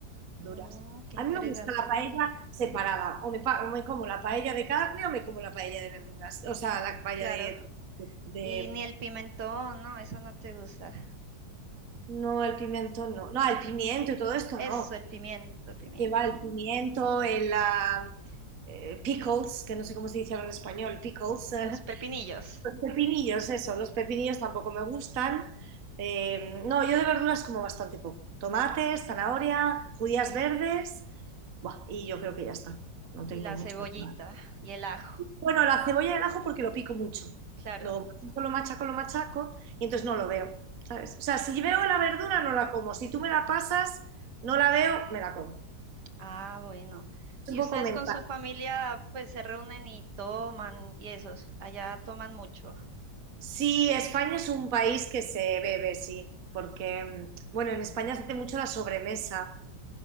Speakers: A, on the right; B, on the right.
A: verduras.
B: Mm, qué
A: A
B: interesante.
A: mí me gusta la paella separada, o me, pa- o me como la paella de carne o me como la paella de verduras, o sea, la paella
B: Claro.
A: de, de-
B: Y ni el pimentón, no, eso no te gusta.
A: No, el pimiento no, no, el pimiento y todo esto
B: Eso,
A: no.
B: el pimiento, pimiento.
A: Lleva el pimiento, el ah, eh, pickles, que no sé cómo se dice ahora en español, pickles, <laughs>
B: Los pepinillos
A: Los pepinillos, eso, los pepinillos tampoco me gustan. Eh, no, yo de verduras como bastante poco. Tomates, zanahoria, judías verdes, buah, y yo creo que ya está. No tengo
B: y la
A: muchas.
B: cebollita
A: más.
B: y el ajo,
A: Bueno, la cebolla y el ajo porque lo pico mucho.
B: claro.
A: Lo machaco, lo machaco, lo machaco, y entonces no lo veo, ¿sabes? O sea, si veo la verdura, no la como. Si tú me la pasas, no la veo, me la como.
B: Ah, bueno.
A: Es
B: ¿Y
A: un poco
B: ustedes
A: mental.
B: con su familia pues se reúnen y toman y esos? Allá toman mucho.
A: Sí, España es un país que se bebe, sí, porque, mm, bueno, en España se hace mucho la sobremesa.